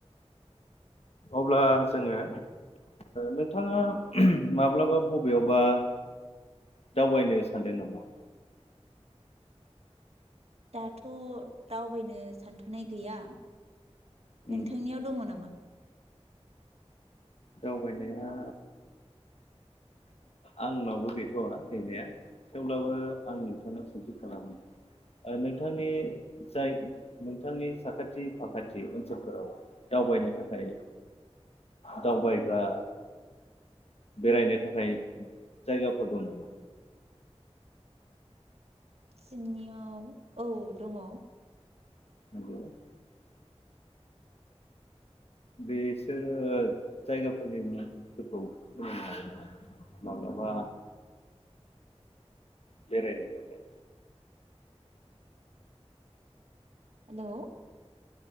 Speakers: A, on the left; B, on the right.
A: अब्ला जोङो नोंथाङा माब्लाबा ओ बबेयावबा दावबायनो सानदों नामा?
B: दाथ' दावबायनो सानथ'नाय गैया।
A: उम
B: नोंथांनियाव दङ' नामा?
A: दावबायनाया आंनावबो गैथ'वा गैनाया थेवब्लाबो आं नोंथांनाव सोंथि खालामनि नोंथांनि जाय नोंथांनि साखाथि फाखाथि ओनसोलफोराव दावबायनो थाखाय दावबायग्रा बेरायनो ओ थाखाय जायगाफोर दं नामा?
B: जोंनियाव औ दङ'।
A: <unintelligible> बेसोरो जायगाफोरनि मुंफोरखौ बुंनो हागोन नामा? माब्लाबा बेरायनो थाखाय।
B: हेलौ